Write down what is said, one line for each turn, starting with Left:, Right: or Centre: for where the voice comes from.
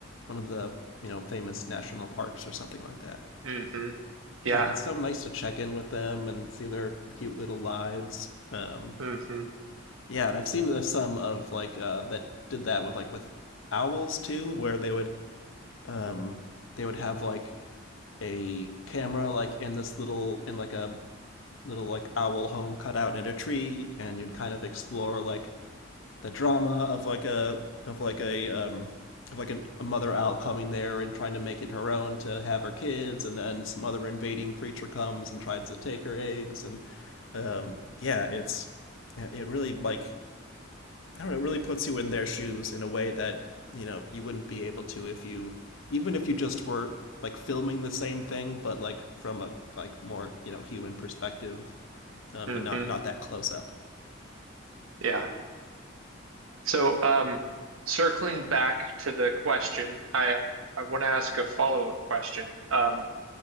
Left: one of the you know famous national parks or something like that.
Right: hmm Yeah.
Left: yeah, and it's so nice to check in with them and see their cute little lives. Um,
Right: hmm
Left: yeah, and I've seen uh, some of like uh, that did that with like with owls too, where they would um, they would have like a camera like in this little in like a little like owl home cut out in a tree, and you'd kind of explore like the drama of like a of like a um of like an, a mother owl coming there and trying to make it her own to have her kids, and then some other invading creature comes and tries to take her eggs, and um, yeah, it's yeah, it really like I don't know, it really puts you in their shoes in a way that you know you wouldn't be able to if you even if you just were like filming the same thing, but like from a like more you know human perspective, um,
Right: hmm
Left: and not not that close up.
Right: Yeah. So, um, circling back to the question, I, I want to ask a follow-up question. Um,